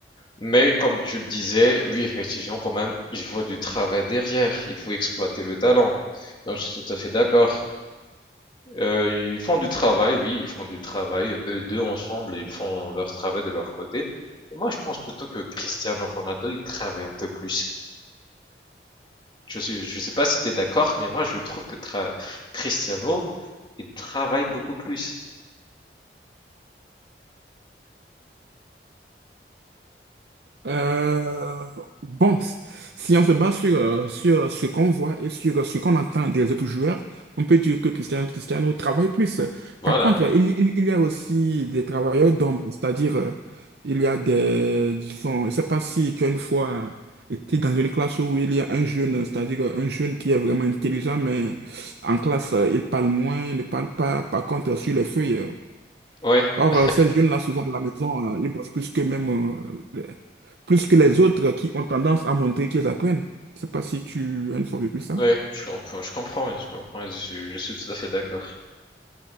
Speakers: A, on the left (about 25°); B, on the right (about 65°).
A: Mais comme tu le disais, oui, effectivement, quand même, il faut du travail derrière, il faut exploiter le talent. Donc, je suis tout à fait d'accord. Euh, ils font du travail, oui, ils font du travail, eux deux ensemble, ils font leur travail de leur côté. Moi, je pense plutôt que Cristiano Ronaldo, il travaille un peu plus. Je suis, je sais pas si t'es d'accord, mais moi, je trouve que tra- Cristiano, il travaille beaucoup plus.
B: Euh, bon, si on se base sur, euh, sur euh, ce qu'on voit et sur euh, ce qu'on entend des autres joueurs, on peut dire que Cristiano, Cristiano travaille plus.
A: Voilà.
B: Par contre, il, il- il y a aussi des travailleurs d'ombre, c'est-à-dire, euh, il y a des, disons, je ne sais pas si tu as une fois été dans une classe où il y a un jeune, c'est-à-dire euh, un jeune qui est vraiment intelligent, mais en classe, euh, il parle moins, il ne parle pas. Par contre, sur les feuilles, euh,
A: Oui, <laughs>
B: Or, euh, ces jeunes-là, souvent à la maison, euh, ils bossent plus que même, euh, les- plus que les autres qui ont tendance à montrer qu'ils apprennent. Je sais pas si tu as une fois vécu ça.
A: oui, je comprends, je comprends, oui, je comprends, je suis, je suis tout à fait d'accord.